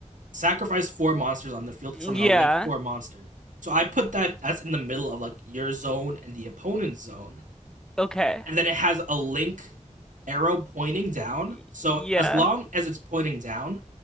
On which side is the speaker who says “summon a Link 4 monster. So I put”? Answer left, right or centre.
Right